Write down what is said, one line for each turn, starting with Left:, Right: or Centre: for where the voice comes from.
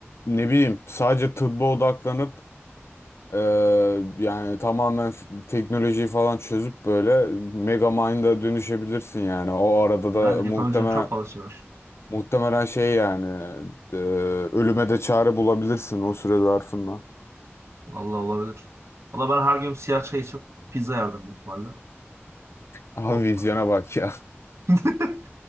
Left: ne bileyim sadece tıbba odaklanıp Ee, yani tamamen f- teknolojiyi falan çözüp böyle Megamind dönüşebilirsin yani. O arada
Right: Yani
Left: da muhtemelen
Right: yapabileceğin çok fazla şey var.
Left: muhtemelen şey yani e, ölüme de çare bulabilirsin o süre zarfında.
Right: Vallahi olabilir. Valla ben her gün siyah çay içip pizza yerdim büyük ihtimalle.
Left: Abi
Right: O...
Left: vizyona bak ya.
Right: <laughs>